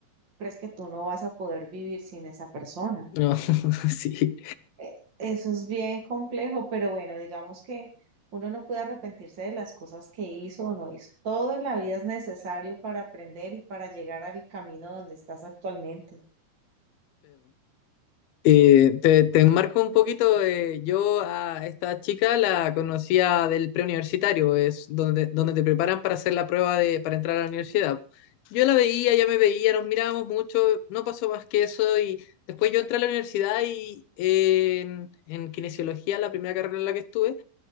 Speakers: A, on the right; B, on the left.
A: crees que tú no vas a poder vivir sin esa persona.
B: No, <laughs> sí.
A: eh, Eso es bien complejo, pero bueno, digamos que uno no puede arrepentirse de las cosas que hizo o no hizo. Todo en la vida es necesario para aprender y para llegar al camino donde estás actualmente.
B: Eh, te, te enmarco un poquito, eh, yo a esta chica la conocía del preuniversitario, es donde, donde te preparan para hacer la prueba de, para entrar a la universidad. Yo la veía, ella me veía, nos mirábamos mucho, no pasó más que eso y después yo entré a la universidad y eh, en, en kinesiología, la primera carrera en la que estuve,